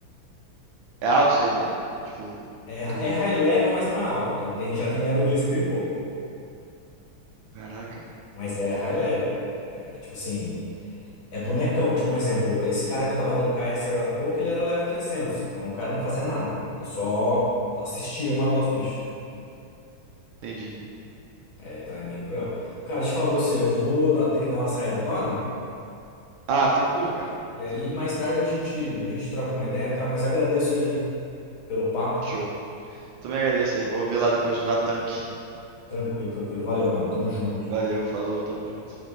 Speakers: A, on the right; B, on the left.
A: É alto isso aí, não é? Tipo,
B: É,
A: pro.
B: é high level, mas não é alto, tá? Tem, já tem level dois mil e pouco.
A: Caraca.
B: Mas é high level. É tipo assim, é bonecão. Tipo um exemplo, esse cara que eu tava dando KS agora há pouco, ele era level 300. Então o cara não fazia nada. Ele só assistia eu matar os bichos.
A: Entendi.
B: É, então é bem cruel. Cara, deixa eu falar pra você, eu vou dar- ter que dar uma saída agora.
A: Ah, tranquilo, cara.
B: E aí,
A: Tranquilo.
B: mais tarde a gente, a gente troca uma ideia, tá? Mas agradeço aí pelo papo.
A: Show. Também agradeço aí. Vou ver lá depois do Natank.
B: Tranquilo, tranquilo. Valeu, mano. Tamo junto.
A: Valeu, falou, tamo junto.